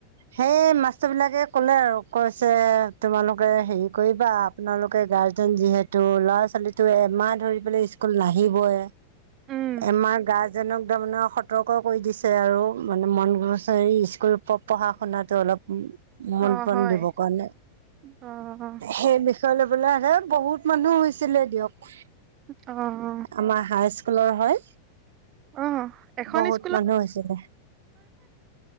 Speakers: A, on the right; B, on the right.
A: সেই মাষ্টৰ বিলাকে ক'লে আৰু কৈছে তোমালোকে হেৰি কৰিবা আপোনালোকে গাৰ্জেন যিহেতু ল'ৰা- ছোৱালী ত এমাহ ধৰি পেলাই ইস্কুল নাহিবই
B: উম,
A: এমাহ গাৰ্জেনক তাৰমানে স সতৰ্ক কৰি দিছে আৰু মানে মন গছে ইস্কুল পঢ়া শুনাতো অলপ মন
B: অ',
A: - কান
B: হয়
A: দিবৰ কাৰণে
B: অ',
A: সেই বিষয়ে <unintelligible> আহে বহুত মানুহ হৈছিলে দিয়ক
B: অ', অ',
A: আমাৰ হাই্চ কুলৰ হয়,
B: অ', এখন
A: বহুত
B: স্কুলত
A: মানুহ হৈছিলে।